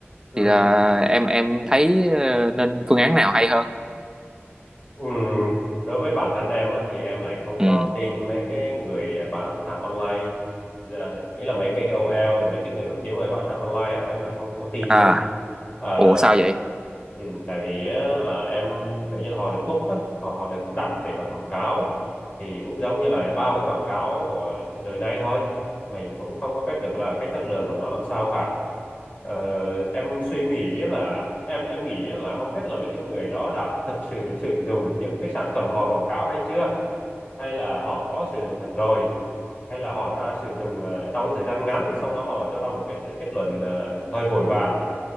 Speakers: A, on the left; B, on the right.
A: ừ
B: thì là em em thấy ờ, nên phương án nào hay hơn
A: ừ đối với bản thân em á, thì em lại không
B: ừ
A: có tin mấy cái người bán hàng online dạ, nghĩa là mấy cái KOL rồi mấy cái người nổi tiếng mà bán hàng online á em lại không có tin
B: à
A: nha Ờ,
B: ủa sao vậy
A: ừ, tại vì á, là em kiểu như là họ được book á họ họ được đặt để mà quảng cáo thì cũng giống như là bao cái quảng cáo của đời nay thôi mình cũng không có biết được là cái chất lượng của nó làm sao cả ờ, em suy nghĩ là em em nghĩ là không biết là mấy cái người đó đã thực sự sử dụng những cái sản phẩm họ quảng cáo hay chưa hay là họ có sử dụng thật rồi hay là họ ra sử dụng ờ, trong thời gian ngắn xong đó họ cho ra một kết kết luận ờ, hơi vội vàng